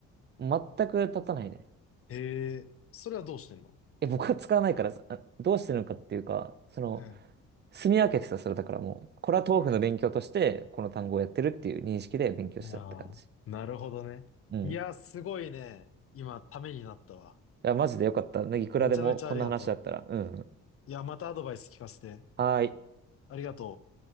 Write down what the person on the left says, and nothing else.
へえ、それはどうしてんの
うん。
ああ、なるほどね。
いや、
すごいね。今、ためになったわ。
めちゃめちゃありがと
う。いや、またアドバイス聞かせて。
ありがとう。